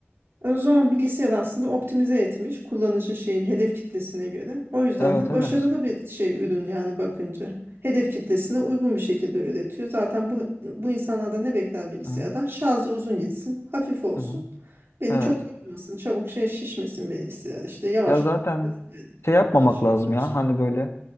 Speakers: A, on the right (about 60°); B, on the left (about 70°).
A: O zaman bilgisayar aslında optimize etmiş kullanıcı şeyin hedef kitlesine göre. O yüzden
B: Evet
A: de başarılı
B: evet.
A: bir şey ürün yani bakınca. Hedef kitlesine uygun bir şekilde üretiyor. Zaten bu bu insanlardan ne bekler bilgisayardan?
B: Hı
A: Şarjı uzun gitsin, hafif olsun.
B: hı.
A: Beni
B: Evet.
A: çok yormasın, çabuk şey şişmesin bilgisayar işte yavaşlamasın
B: Ya zaten
A: vesaire.
B: şey yapmamak
A: Her şey
B: lazım
A: karşılık.
B: ya hani böyle